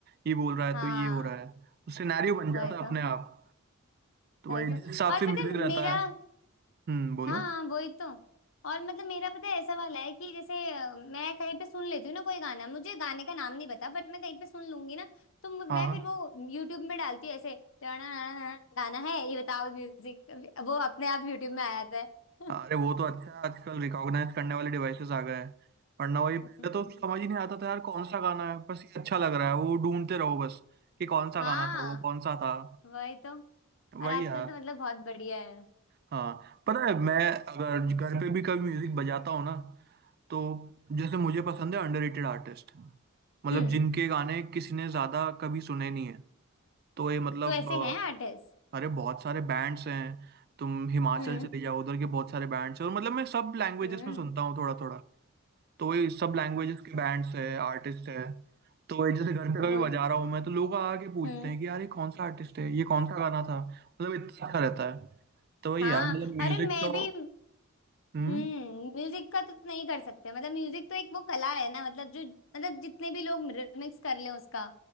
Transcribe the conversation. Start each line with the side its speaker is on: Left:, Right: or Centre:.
Right: ये बोल रहा है
Left: हाँ
Right: तो ये हो रहा है तो सिनेरियो बन जाता
Left: वही
Right: है
Left: तो
Right: अपने आप तो
Left: वही
Right: वही
Left: तो
Right: जिस हिसाब
Left: और
Right: से म्यूजिक
Left: पता है
Right: रहता
Left: मेरा
Right: है हम्म बोलो
Left: हाँ वही तो और मतलब मेरा पता है ऐसा वाला है कि जैसे अ, मैं कहीं पे सुन लेती हूँ ना कोई गाना मुझे गाने का नाम नहीं पता बट मैं कहीं पे सुन लूंगी ना तो मु-
Right: हाँ
Left: मैं फिर वो यूट्यूब में डालती हूँ ऐसे "टणाणाणा, गाना है ये बताओ म्यूजिक वो अपने आप यूट्यूब में आ जाता है
Right: हाँ।
Left: <laughs>
Right: अरे वो तो अच्छा है आजकल रिकॉग्नाइज करने वाले डिवाइसेस आ गए हैं वरना वही पहले
Left: हम्म।
Right: तो समझ ही नहीं आता था यार कौन सा गाना है बस ये अच्छा लग रहा है वो ढूंढते रहो बस कि कौन
Left: हाँ
Right: सा गाना था वो कौन सा था
Left: वही तो और
Right: वही
Left: आजकल
Right: यार
Left: तो मतलब बहुत बढ़िया है
Right: हाँ पता है मैं अगर
Left: हम्म
Right: घर पे भी कभी म्यूजिक बजाता हूँ ना तो जैसे मुझे पसंद है अंडररेटेड आर्टिस्ट मतलब
Left: हम्म
Right: जिनके गाने किसी ने ज्यादा कभी सुने नहीं है तो ये मतलब
Left: तो ऐसे हैं आर्टिस्ट
Right: अरे बहुत सारे बैंड्स हैं तुम हिमाचल
Left: हम्म
Right: चले जाओ उधर के बहुत सारे बैंड्स हैं और मतलब मैं सब लैंग्वेजेस
Left: हम्म
Right: में सुनता हूँ थोड़ा थोड़ा तो ये सब लैंग्वेजेस के बैंड्स हैं आर्टिस्ट हैं तो ये जैसे घर पे कभी
Left: वही
Right: बजा
Left: तो
Right: रहा हूँ मैं तो लोग आके पूछते
Left: हम्म
Right: हैं कि यार ये कौन सा आर्टिस्ट है ये कौन सा गाना था मतलब इतना अच्छा रहता है तो वही
Left: हाँ
Right: यार मतलब
Left: अरे
Right: म्यूजिक
Left: मैं
Right: तो
Left: भी
Right: हम्म
Left: हम्म म्यूजिक का तो नहीं कर सकते मतलब म्यूजिक तो एक वो कला है ना मतलब जो मतलब जितने भी लोग रिमिक्स कर लें उसका